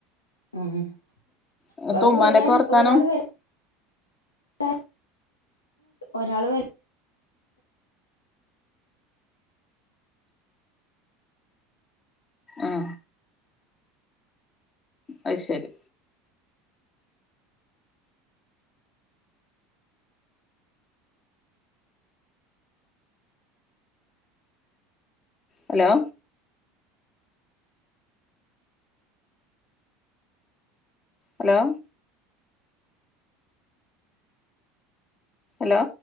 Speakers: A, on the left (about 85°); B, on the left (about 35°).
A: ഉം അപ്പോ
B: എന്നിട്ട് ഉമ്മാന്റെക്കെ
A: വരാൻ
B: വർത്താനം
A: ഇ ഒരാൾ വരും <unintelligible> ഒരാള് വരും
B: ഉം അത് ശരി ഹലോ ഹലോ ഹലോ